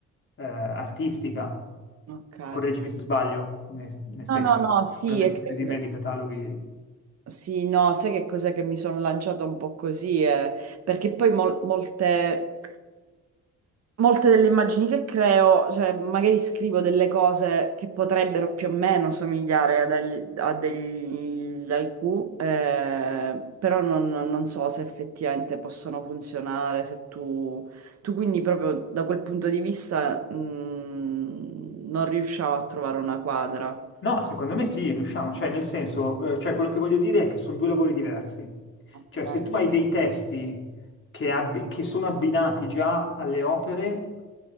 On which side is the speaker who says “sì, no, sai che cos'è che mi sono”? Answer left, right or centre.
Right